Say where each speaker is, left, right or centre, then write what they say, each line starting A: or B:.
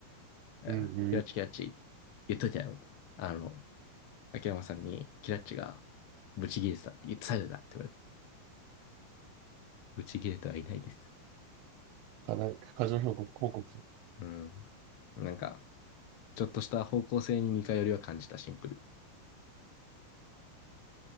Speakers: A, on the left (about 45°); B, on the right (about 45°).
A: て、
B: うん、うん。
A: キラッチキラッチ言っといたよ。あの、秋山さんにキラッチがブチギレてたって言って伝えてたって言われて、ブチギレてはいないです。
B: 課題、過剰報告、報告。
A: うん。なんか、ちょっとした方向性に似通りは感じたシンプル。